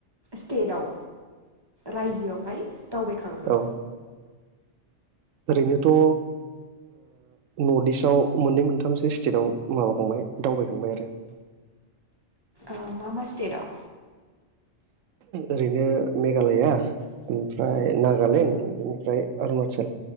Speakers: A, on the right (about 30°); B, on the right (about 85°).
A: स्टेटआव रायजोआवहाय दावबायखांखो।
B: औ ओरैनोथ ओ नर्थ इस्टआव मोननै मोनथामसो स्टेटाव माबाखांबाय दावबायखांबाय आरो।
A: ओ मा मा स्टेटआव?
B: ओरैनो मेघालया, ओमफ्राय नागालेण्ड, बिनिफ्राय अरुणाचल।